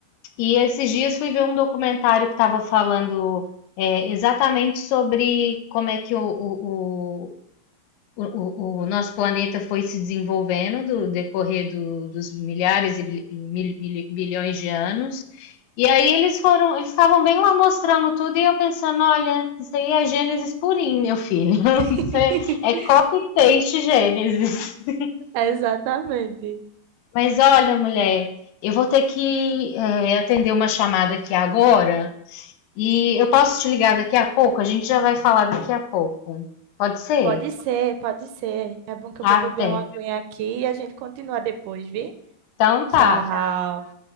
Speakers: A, on the left; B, on the right.
A: E esses dias fui ver um documentário que estava falando é, exatamente sobre como é que o, o, o, o- o nosso planeta foi se desenvolvendo do decorrer do- dos milhares e bil- e mil- mil- bilhões de anos. E aí eles foram, eles estavam bem lá mostrando tudo e eu pensando, olha, isso aí é Gênesis purinho, meu filho. <laughs>
B: <laughs>
A: Isso é, é copy-paste Gênesis. <laughs>
B: Exatamente.
A: Mas olha, mulher, eu vou ter que, é, atender uma chamada aqui agora. E eu posso te ligar daqui a pouco? A gente já vai falar daqui a pouco. Pode ser?
B: Pode ser, pode ser. É bom que
A: Tá
B: eu vou beber
A: bem.
B: uma aguinha aqui e a gente continua depois, vi?
A: Então
B: Tchau.
A: tá. Tchau.